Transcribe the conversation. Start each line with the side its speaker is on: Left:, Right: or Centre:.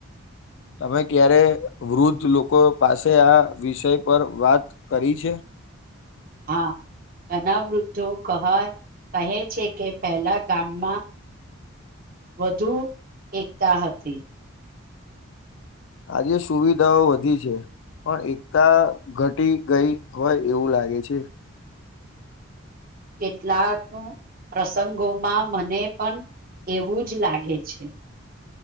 Left: તમે ક્યારે વૃદ્ધ લોકો પાસે આ વિષય પર વાત કરી છે
Right: હા ગણા વૃદ્ધો કહા કહે છે કે પહેલા ગામમાં વધુ એકતા હતી
Left: આજે સુવિધાઓ વધી છે પણ એકતા ઘટી ગઈ હોય એવું લાગે છે
Right: કેટલાક પ્રસંગોમાં મને પણ એવું જ લાગે છે